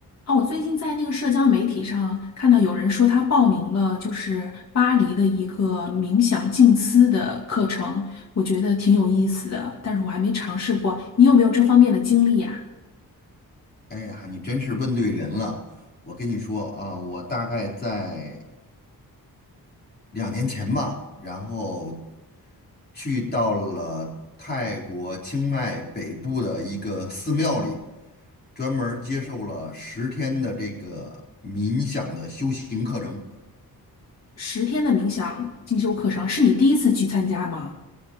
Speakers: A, on the left (about 45°); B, on the left (about 25°).
A: 哦，我最近在那个社交媒体上看到有人说他报名了，就是巴黎的一个冥想静思的课程，我觉得挺有意思的，但是我还没尝试过。你有没有这方面的经历呀？
B: 哎呀，你真是问对人了。我跟你说啊，我大概在两年前吧，然后去到了泰国清迈北部的一个寺庙里，专门儿接受了十天的这个冥想的修行课程。
A: 十天的冥想进修课程是你第一次去参加吗？